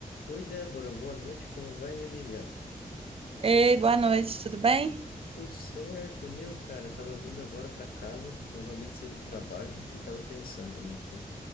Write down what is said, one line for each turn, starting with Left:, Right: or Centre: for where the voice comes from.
Left: Oi, Débora, boa noite, como vai, minha amiga?
Right: Ei, boa noite, tudo bem?
Left: Tudo certo, meu cara, tava vindo agora para casa, eu acabei de sair do trabalho e tava pensando, né, que